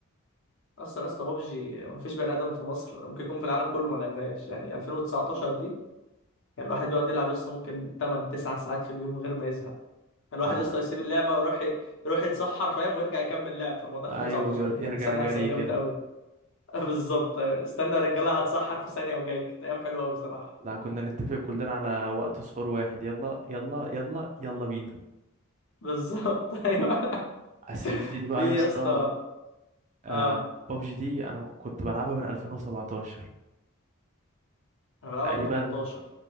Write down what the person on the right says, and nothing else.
أنا
أيوه
ير-
يرجع
جري
كده
لا كنا نتفق كلنا على وقت سحور واحد يلا يلا يلا يلا بينا
بس شفت دي بقى
يا اسطى
آه
بابجي دي أنا كنت بلعبها من 2017
تقريبا